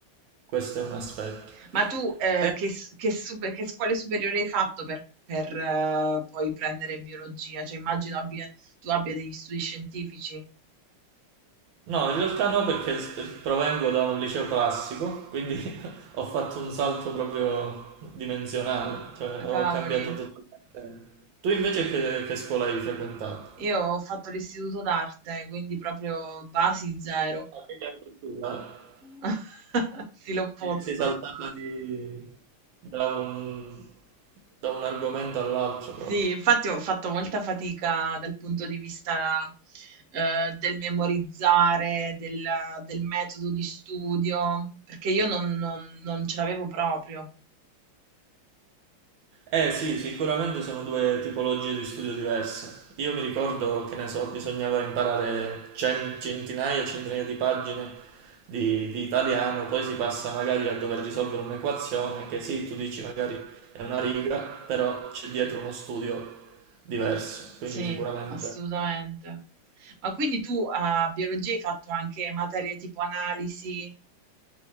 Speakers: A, on the right; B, on the right.
A: questo è un aspetto.
B: Ma tu eh,
A: Eh,
B: che, s- che super- che scuole superiori hai fatto per, per, eh, poi prendere biologia? Cioè immagino abbia- tu abbia degli studi scientifici.
A: No, in realtà no, perché s- provengo da un liceo classico, quindi <laughs> ho fatto un salto proprio dimensionale, cioè ho
B: Cavoli,
A: cambiato totalmente. Tu invece che, che scuola hai frequentato?
B: io ho fatto l'istituto d'arte, quindi proprio basi zero.
A: Ah, quindi anche tu, eh.
B: <laughs> Sì, l'opposto.
A: Sei sei saltata di- da un, da un argomento all'altro
B: Sì,
A: proprio.
B: infatti ho fatto molta fatica dal punto di vista, ehm, del memorizzare, del del metodo di studio, perché io non non non ce l'avevo proprio.
A: Eh sì, sicuramente sono due tipologie di studio diverse. Io mi ricordo che ne so, bisognava imparare cen- centinaia e centinaia di pagine di, di italiano, poi si passa magari a dover risolvere un'equazione che sì, tu dici magari è una riga, però c'è dietro uno studio diverso, quindi
B: Sì,
A: sicuramente...
B: assolutamente. Ma quindi tu a biologia hai fatto anche materie tipo analisi?